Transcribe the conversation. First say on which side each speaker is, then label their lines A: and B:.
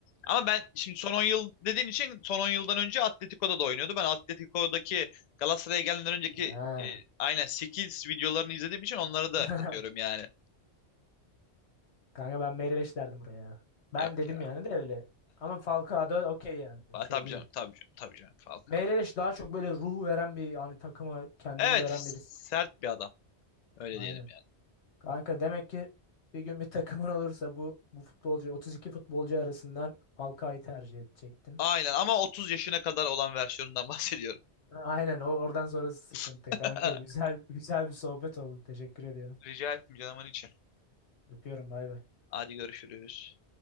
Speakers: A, on the left; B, on the left.
A: ama ben şimdi son 10 yıl dediğin için son 10 yıldan önce Atletico'da da oynuyordu. Ben Atletico'daki Galatasaray'a gelmeden önceki
B: Ha.
A: e, aynen 8 videolarını izlediğim için onları
B: <laughs>
A: da katıyorum yani.
B: Kanka ben Meireles derdim buraya. Ben
A: Yok
B: dedim
A: ya.
B: yani de öyle. Ama Falcao da okey yani
A: Aa,
B: şey
A: <laughs> Tabii
B: değil.
A: canım, tabii canım, tabii canım. Falcao.
B: Meireles
A: ya.
B: daha çok böyle ruh veren bir hani takıma kendini
A: Evet,
B: veren
A: sert
B: birisi.
A: bir adam. Öyle
B: Aynen.
A: diyelim. ya.
B: Kanka demek ki bir gün bir takımın olursa bu bu futbolcu 32 futbolcu arasından Falcao'yu tercih edecektin.
A: Aynen ama 30 yaşına kadar olan versiyonundan bahsediyorum.
B: Aynen o oradan sonrası sıkıntı.
A: <laughs>
B: Kanka güzel güzel bir sohbet oldu. Teşekkür ediyorum.
A: Rica etmeyeceğim canımın içi.
B: Öpüyorum bay bay.
A: Hadi görüşürüz.